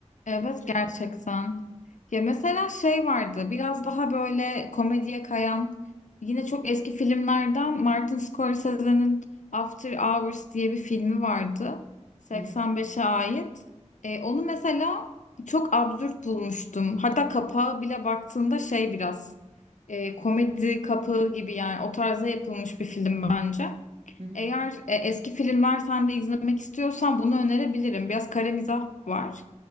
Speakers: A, on the left (about 80°); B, on the right (about 60°).
A: Evet gerçekten. Ya mesela şey vardı biraz daha böyle komediye kayan yine çok eski filmlerden Martin Scorsese'nin After Hours diye bir filmi vardı. 85'e
B: Hı hı,
A: ait. E, onu mesela çok absürt bulmuştum. Hatta kapağı bile baktığında şey biraz e, komedi kapağı gibi yani o tarza yapılmış bir film bence.
B: hı hı.
A: Eğer e, eski filmler sen de izlemek istiyorsan bunu önerebilirim. Biraz kare mizah var.